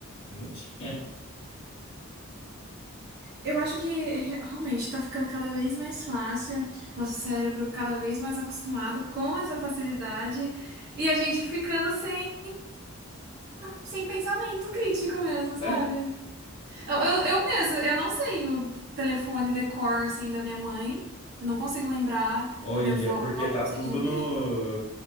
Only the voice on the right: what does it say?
Eu acho que <laughs> eh, realmente tá ficando cada vez mais fácil, nosso cérebro cada vez mais acostumado com essa facilidade e a gente ficando sem, sem pensamento crítico mesmo, sabe?
Eu, eu, eu mesmo, eu não sei o d- telefone decor assim da minha mãe, eu não consigo lembrar
da minha avó,
não sei
de ninguém.